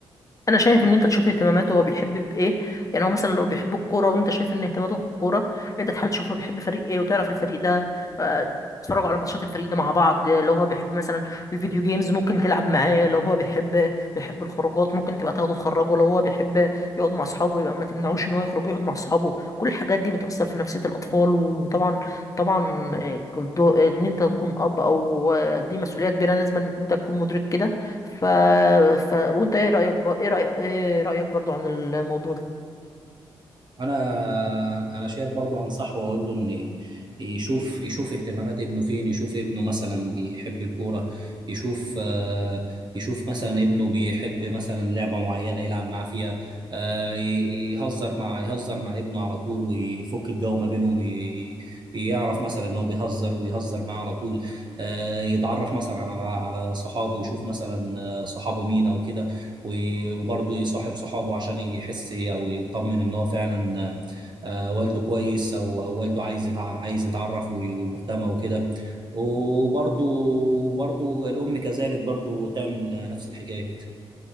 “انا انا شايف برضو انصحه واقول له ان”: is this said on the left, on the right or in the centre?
Right